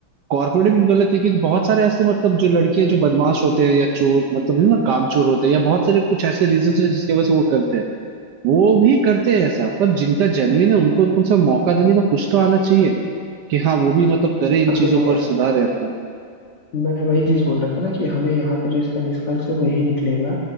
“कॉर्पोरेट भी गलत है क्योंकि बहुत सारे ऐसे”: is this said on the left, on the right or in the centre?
Right